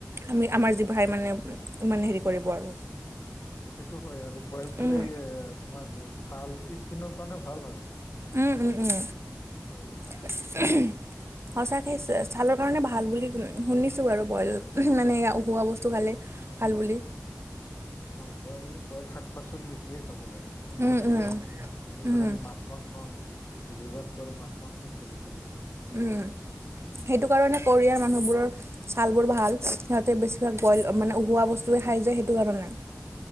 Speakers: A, on the right (about 55°); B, on the left (about 50°).
A: আমি আমাৰ জিভাই মানে, ইমান হেৰি কৰিব আৰু
B: সেইটো হয় আৰু বইল খালে,
A: উম
B: এ তোমাৰ ছাল-স্কিনৰ কাৰণে ভাল হয়।
A: উম, উম, উম।
B: আৰু।
A: উহু। সঁচাকে ছালৰ কাৰণে ভাল বুলি শুনিছো বাৰু বইল মানে এয়া উখুৱা বস্তু খালে। ভাল বুলি।
B: অ' বইল, বইল শাক-পাচলি বেছিকে খাব লাগে, কিন্তু
A: উম
B: সেয়া
A: উম
B: আমাৰ
A: উম
B: আমিতো খালি মাছ, মাংস জিভাত টো আৰু মাছ, মাংসই চলি থাকে।
A: উম, সেইটো কাৰণে কোৰিয়াৰ মানুহবোৰৰ ছাল বোৰ ভাল, সিহঁতে বেছি বইল মানে, উখোৱা বস্তুয়ে খাই যে, সেইটো কাৰণে।